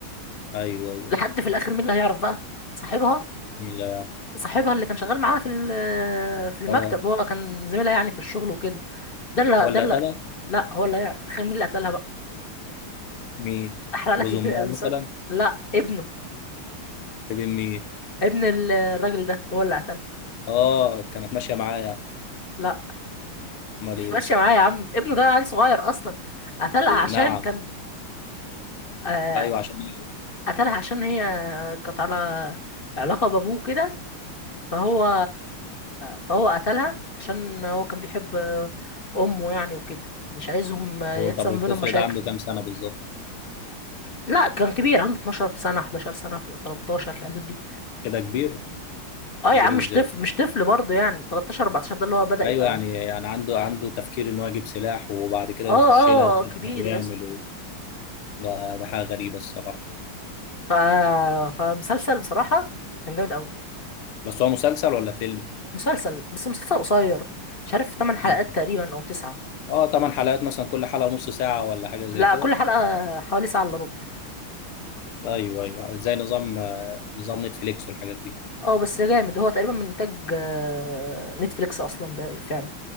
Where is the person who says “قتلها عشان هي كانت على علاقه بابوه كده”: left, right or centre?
Left